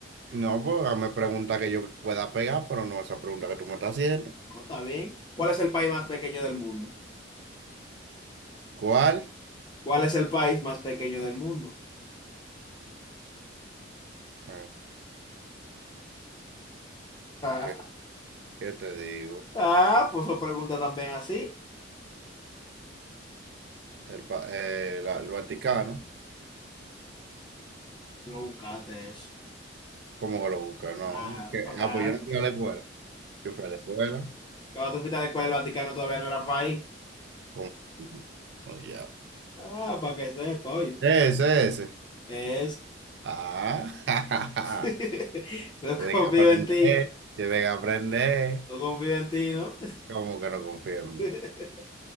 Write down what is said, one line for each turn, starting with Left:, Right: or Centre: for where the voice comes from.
Right: No, pues hazme pregunta que yo pueda pegar, pero no esa pregunta que tú me estás haciendo.
Left: No, está bien. ¿Cuál es el país más pequeño del mundo?
Right: ¿Cuál?
Left: ¿Cuál es el país más pequeño del mundo?
Right: Ah,
Left: <laughs>
Right: ¿Qué, qué te digo?
Left: Ah, pues eso pregunta también así.
Right: El, pa- eh, la- el Vaticano.
Left: Tú No buscaste eso.
Right: ¿Cómo que lo busca? No.
Left: Ah,
Right: ¿qué?
Left: ah.
Right: Ah, pues yo no fui a la escuela. Yo fui a la escuela.
Left: Cuando tú fuiste a la escuela, el Vaticano todavía no era país.
Right: ¿Cómo? Oye.
Left: Ah, para que sepa, oíste.
Right: Ese, ese.
Left: Es.
Right: Ah, <laughs>
Left: <laughs>
Right: jajaja
Left: No
Right: tiene
Left: confío
Right: que aprender,
Left: en ti.
Right: tiene que aprender.
Left: No confío en ti, ¿no?
Right: ¿Cómo que no confía en
Left: <laughs>
Right: mí?